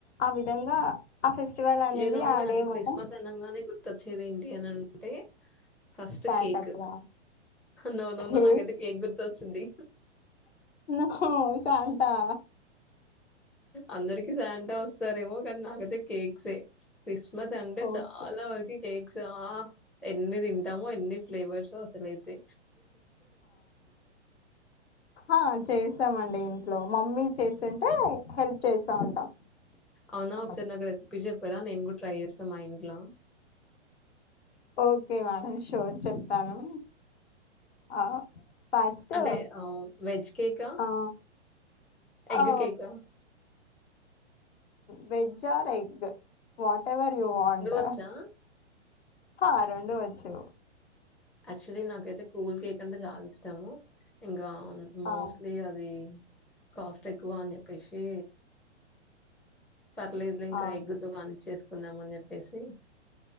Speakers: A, on the left (about 65°); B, in the centre.
A: ఆ విధంగా ఆ ఫెస్టివల్ అనేది
B: యూ
A: ఆ
B: నాకు
A: డే
B: క్రిస్మస్
A: మొత్తం
B: అనంగానే గుర్తొచ్చేది ఏంటి అని అంటే first
A: stand
B: cake
A: up
B: no no
A: hey
B: నాకైతే కేక్ గుర్తుొస్తుంది
A: ఉహు ఫాంటా
B: అందరికి శాంటా వస్తారేమో కానీ నాకైతే కేక్సే క్రిస్మస్ అంటే
A: ఓకే
B: చాలా వరకు కేక్ ఎన్ని తింటామో ఎన్ని ఫ్లేవర్స్ వో అసలుైతే
A: ఆ చేసామండి ఇంట్లో మమ్మీ చేస్తుంటే హెల్ప్ చేస్తా ఉంటాం
B: అవునా
A: అమ్మకి
B: ఒకసారి నాకు రెసిపీ చెప్పారా నేను కూడా ట్రై చేస్తాను మా ఇంట్లో
A: ఓకే మేడం షోర్ చెప్తాను ఆ ఫస్ట్
B: అంటే ఆహ్, వెజ్ కేకా?
A: ఆ
B: ఎగ్
A: ఓ
B: కేకా?
A: Veg or egg whatever you want
B: ఒచ్చా.
A: ఆ రెండు వచ్చు
B: యాక్చువలీ నాకైతే కూల్ కేక్ అంటే చాలా ఇష్టము ఇంకా మోస్ట్లీ
A: ఆ
B: అది కాస్ట్ ఎక్కువ అని చెప్పేసి పర్లేదులే ఇంకా
A: ఆ
B: ఎగ్తో కాని చ్చేసుకున్నాం అని చెప్పేసి